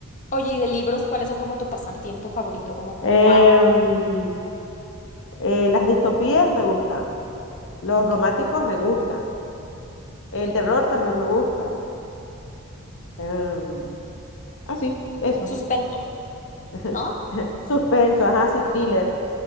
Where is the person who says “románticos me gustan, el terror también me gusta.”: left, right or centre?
Left